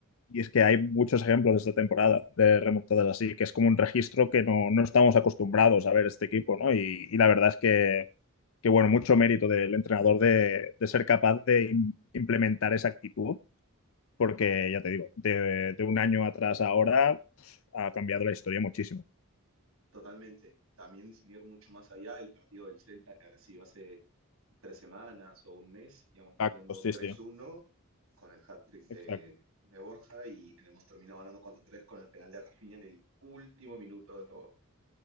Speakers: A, on the left (about 70°); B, on the right (about 80°).
A: y es que hay muchos ejemplos esta temporada de remontadas así, que es como un registro que no, no estamos acostumbrados a ver este equipo, ¿no? Y, y la verdad es que, que, bueno, mucho mérito del entrenador de, de ser capaz de im- implementar esa actitud, porque ya te digo, de, de un año atrás a ahora pf, ha cambiado la historia muchísimo.
B: Totalmente. También sin ir mucho más allá, el partido del Celta que ahora sí hace tres semanas o un mes, íbamos perdiendo
A: Exacto, sí,
B: tres
A: sí,
B: uno con el hat-trick de,
A: exacto.
B: de Borja y hemos terminado ganando cuatro tres con el penal de Rafinha en el último minuto de todo.